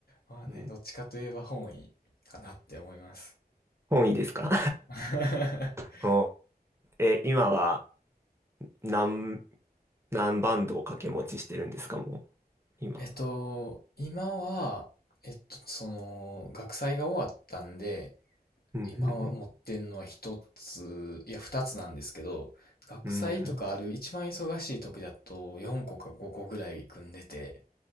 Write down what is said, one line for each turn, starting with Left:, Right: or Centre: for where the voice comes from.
Left: まあね、
Right: うん
Left: どっちかといえば本位かなって思います。
Right: 本意ですか
Left: <laughs>
Right: <laughs> お、え、今は何、何バンドを掛け持ちしてるんですか、もう、今。
Left: えっと、今は、えっと、その、学祭が終わったんで、
Right: うん、うん、
Left: 今持ってんのは一つ、いや二つなんですけど、学祭とかある一番忙しい時だと4個か5個ぐらい組んでて、
Right: うん。うん